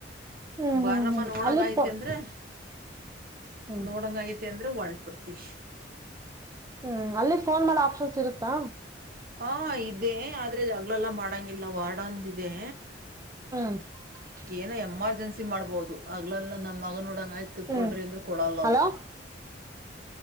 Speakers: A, on the right (about 20°); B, on the right (about 50°).
A: ಹ್ಮ್
B: ಬಾರಮ್ಮ
A: ಹ್ಮ್
B: ನೋಡಂಗ
A: ಅಲ್ಲಿ
B: ಐತಿ
A: ಫೋ
B: ಅಂದ್ರೆ
A: ಹ್ಮ್
B: ನೋಡಂಗಗತೆ ಅಂದ್ರೆ ಹೊಳ್ಬಿಡ್ತೀ
A: ಹ್ಮ್ ಅಲ್ಲಿ ಫೋನ್ ಮಾಡ ಆಪ್ಷನ್ಸ್ ಇರುತ್ತಾ
B: ಹಾ ಇದದೆ ಆದ್ರೆ ಅಗ್ಲೆಲ್ಲ ಮಾಡಂಗಿಲ್ಲ ವಾಡಂದಿದೆ
A: <inaudible>
B: ಏನೋ ಎಮರ್ಜೆನ್ಸಿ ಮಾಡ್ಬಹದು ಅಗ್ಲೆಲ್ಲಾ ನಮ್ಮ ಮಗನ ನೋಡಂಗ ಆಯ್ತ ತಿ
A: ಹ್ಮ್
B: ಕೊಡ್ರಿ ಅಂದ್ರ ಕೊಡಲ್ಲ ಅವ್ರು
A: <inaudible>